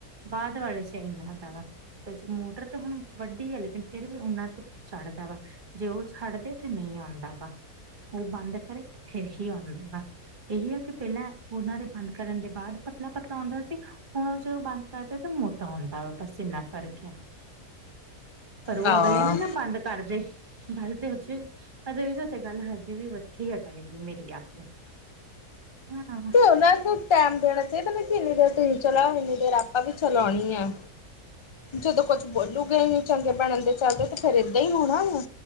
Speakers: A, on the right; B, on the left.
A: ਬਾਅਦ ਵਾਲੇ 'ਚ ਇੰਨਾ ਤਾ ਵਾ ਤੇ ਮੋਟਰ ਤੇ ਹੁਣ ਵੱਡੀ ਹੈ, ਲੇਕਿਨ ਫਿਰ ਵੀ ਉਨਾਂ ਤੇ ਚੜਦਾ ਵਾ ਜੇ ਉਹ ਛੱਡਦੇ ਤੇ ਨਹੀਂ ਆਉਂਦਾ ਵਾ। ਉਹ ਬੰਦ ਕਰੇ ਫੇਰ ਹੀ ਆਉਂਦਾ ਵਾ। ਇਹੀ ਆ ਕਿ ਪਹਿਲਾਂ ਉਹਨਾਂ ਦੇ ਬੰਦ ਕਰਨ ਦੇ ਬਾਦ ਪਤਲਾ-ਪਤਲਾ ਓਂਦਾ ਸੀ। ਹੁਣ ਜੇ ਉਹ ਬੰਦ ਕਰਦੇ ਤੇ ਮੋ ਤਾਂ ਹੁੰਦਾ ਵਾ ਬਸ ਇੰਨਾ ਫ਼ਰਕ ਆ ਪਰ ਉਹ
B: ਹਾਂ।
A: ਅਗਲੇ ਨੀ ਨਾ ਬੰਦ ਕਰਦੇ। ਗੱਲ ਤੇ ਹੱਜੇ ਗੱਲ ਹਜੇ ਵੀ ਉੱਥੇ ਹੀ ਹਟ ਗਈ ਏ ਮੇਰੀ ਆ ਕੇ। ਹਮ।
B: ਉਹਨਾ ਨੂੰ ਟੈਮ ਦੇਣਾ ਚਾਹੀਦਾ। ਇੰਨੀ ਦੇਰ ਤੁਸੀਂ ਚਲਾਓ ਇੰਨੀ ਦੇਰ ਆਪਾਂ ਵੀ ਚਲਾਉਣੀ ਆ। ਜਦੋਂ ਕੁੱਛ ਬੋਲੋਗੇ ਹੀਂ ਚੰਗੇ ਬਣਨ ਦੇ ਚੱਲਦੇ ਤੇ ਫੇਰ ਏਦਾਂ ਈ ਹੋਣਾ ਆ।